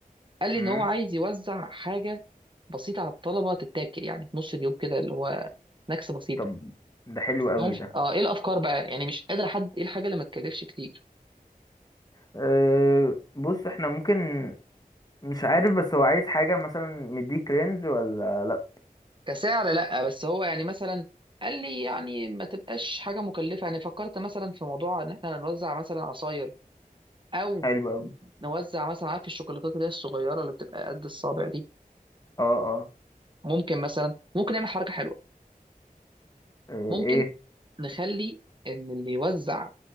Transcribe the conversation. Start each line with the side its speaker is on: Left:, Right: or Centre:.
Right: قال لي
Left: مم.
Right: ان هو عايز يوزع حاجه بسيطه على الطلبه تتاكل يعني في نص اليوم كده اللي هو سناكس بسيط
Left: طب ده حلو
Right: مش
Left: قوي
Right: عارف
Left: ده
Right: اه ايه الافكار بقى يعني مش قادر احدد ايه الحاجه اللي ما تكلفش كتير
Left: أه، بص احنا ممكن مش عارف بس هو عايز حاجة مثلا مديك رينج ولا لأ
Right: كسعر لا بس هو يعني مثلا قال لي يعني ما تبقاش حاجه مكلفه يعني فكرت مثلا في موضوع ان احنا نوزع مثلا عصاير او
Left: حلو أوي
Right: نوزع مثلا عارف الشوكولاتات اللي هي الصغيره اللي بتبقى قد الصابع دي
Left: اه اه
Right: ممكن مثلا ممكن نعمل حركه حلوه
Left: آه،
Right: ممكن
Left: ايه
Right: نخلي ان اللي يوزع